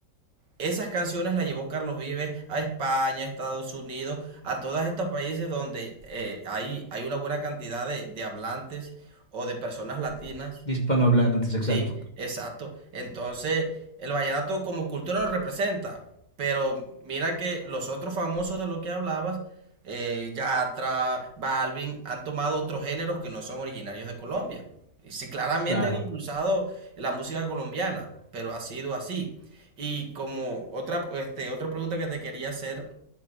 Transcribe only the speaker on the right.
esas canciones las llevó Carlos Vives a España, a Estados Unidos, a todos estos países donde eh, hay, hay una buena cantidad de, de hablantes o de personas latinas
Sí, exacto. Entonces, el vallenato como cultura lo representa, pero mira que los otros famosos de los que hablabas, eh, Yatra, Balvin, han tomado otros géneros que no son originarios de Colombia. Y sí, claramente
han impulsado la música colombiana, pero ha sido así. Y como otra, este, otra pregunta que te quería hacer